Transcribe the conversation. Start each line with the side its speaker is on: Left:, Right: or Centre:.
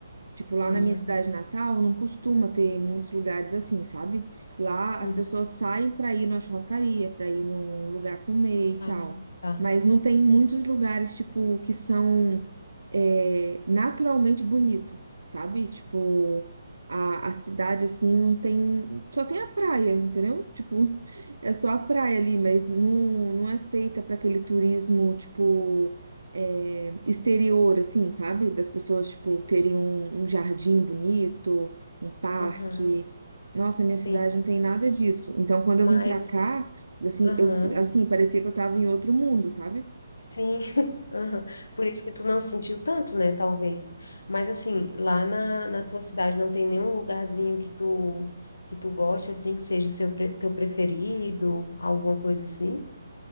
Right: Tipo,
Left: Sim,
Right: lá na minha
Left: ah,
Right: cidade natal, não costuma ter muitos lugares assim, sabe? Lá as
Left: uhum.
Right: pessoas saem pra ir numa churrascaria, pra ir num lugar comer e
Left: Ah,
Right: tal.
Left: tá.
Right: Mas não tem muitos lugares, tipo, que são é, naturalmente bonitos, sabe? Tipo, a, a cidade, assim, não tem. Só tem a praia, entendeu? Tipo, <laughs> é
Left: Hum,
Right: só a praia ali, mas não, não é feita pra aquele turismo, tipo é, exterior, assim, sabe? Das pessoas, tipo,
Left: Entendi.
Right: terem um, um jardim bonito, um parque.
Left: Aham,
Right: Nossa, minha
Left: sim.
Right: cidade não tem nada disso. Então, quando
Left: Mas,
Right: eu vim pra cá, assim,
Left: aham,
Right: eu, assim, parecia que eu tava em outro mundo, sabe?
Left: sim. <laughs> Aham. Por isso que tu não sentiu tanto, né? Talvez. Mas assim, lá na, na tua cidade não tem nenhum lugarzinho que tu que tu goste, assim, que seja o seu, pre- teu preferido, alguma coisa assim?